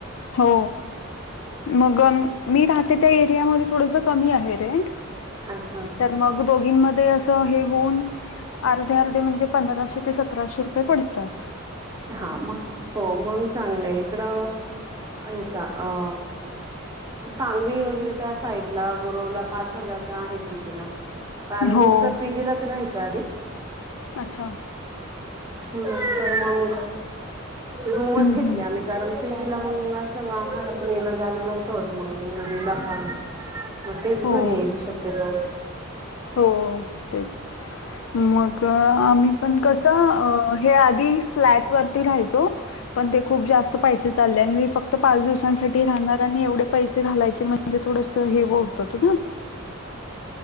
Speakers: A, on the left; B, on the right.
A: हो, मग मी राहते त्या एरियामध्ये थोडंस कमी आहे रेंट.
B: अच्छा.
A: तर मग दोघींमध्ये असं हे होऊन. अर्धे अर्धे म्हणजे पंधराशे ते सतराशे रुपये पड़तात.
B: हा मग हो मग चांगलंय. इकडं याचा अ सांगवी वगैरे त्या साईड ला गुरवला पाच हजार तर आहे पी जी ला. कारण
A: हो.
B: मि सर पीजीलाच राहायच्या आधी.
A: अच्छा.
B: नंतर मग रूम
A: हम्म
B: च घेतला
A: हम्म
B: आम्ही. कारण पी जीला मग असल्यामुळे आम्हाला पण येणं जाणं नव्हतं मंग मुलीला पण मग तेच
A: हो.
B: घरी यायची शक्यतो.
A: हो तेचं. मंग आम्ही पण कसं हे आधी फ्लॅट वरती राहायच. पण ते खूप जांस्त चालले मी फक्त. पांच दिवसांसाठी राहणार आणि एवढे पैसे घालायचे म्हणजे थोडसं हे व होतं ना.